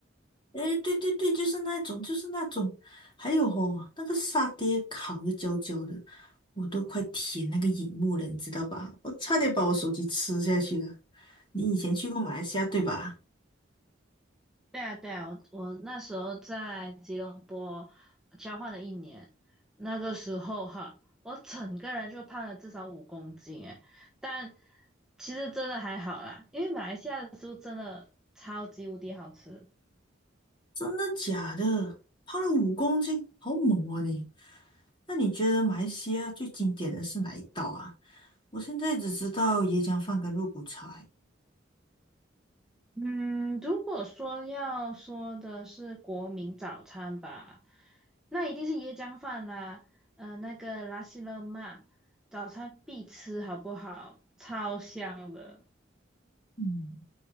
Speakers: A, on the left; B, in the centre.
A: 诶，对对对，就是那种，就是那种，还有哦，那个沙爹烤的焦焦的，我都快舔那个荧幕了，你知道吧？我差点把我手机吃下去了。你以前去过马来西亚对吧？
B: 对啊，对啊，我我那时候在吉隆坡交换了一年，那个时候哈，我整个人就胖了至少五公斤诶，但其实真的还好啦，因为马来西亚的食物真的超级无敌好吃。
A: 真的假的？胖了五公斤，好猛啊你！那你觉得马来西亚最经典的是哪一道啊？我现在只知道椰浆饭跟肉骨茶欸
B: 嗯，如果说要说的是国民早餐吧，那一定是椰浆饭啦，嗯、那个拉西勒玛，早餐必吃，好不好？超香的。
A: 嗯，